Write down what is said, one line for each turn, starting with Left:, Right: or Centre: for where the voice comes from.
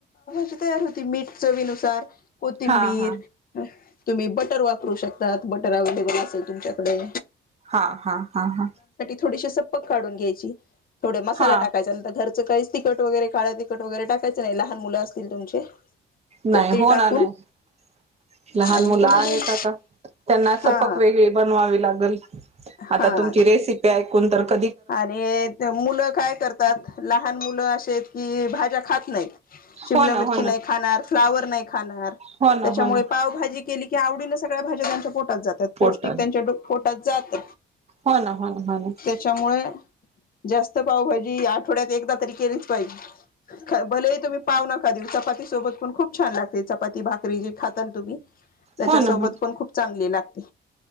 Left: जी तयार होती मीठ चवीनुसार कोथिंबीर
Right: हा हा हा
Left: तुम्ही बटर वापरू शकतात बटर अवे्हेलेबल असेल तुमच्याकडे
Right: हा हा हा हा
Left: ोक काून घ्याय थो मसाला
Right: हा
Left: टाकायंतर घरचं का तट काळ तखट वगैरे टाकायचं नाही लहान मुलं असतील तुमचे
Right: नाही
Left: तर ते
Right: हो
Left: टाकून
Right: ना नाही लहान
Left: आणि
Right: मुलं
Left: पुन्हा
Right: आहेत
Left: मग
Right: आता त्यांना
Left: हा
Right: सपक वेगळी बनवावी लागली
Left: हा
Right: आ त क
Left: आणि मुलं काय करतात लहान मुलं असशी आहेत की भाज्या खात नाहीत शिमला
Right: हो ना
Left: मिरची
Right: हो
Left: नाही
Right: ना
Left: खाणार फ्लावर नाही खाणार त्याच्यामुळे
Right: हो ना हो ना
Left: पावभजी केली की आवडीने सगळ्या भाज्या त्यांच्या पोटात जातात
Right: पोट
Left: पौष्टिक त्यांच्या पोटात सात
Right: हो ना हो ना हो ना
Left: त्याच्यामुळे जास्त पावभाजी आठवड्यात एकदा तरी केलीच पाहिजे भले तुम्ही पाव नका दिव चपाती सोबत पण खूप छान लागते चपाती भाकरी जे खाताना तु त्याच्यासोबत
Right: हो ना हो
Left: पण खूप चांगली लागते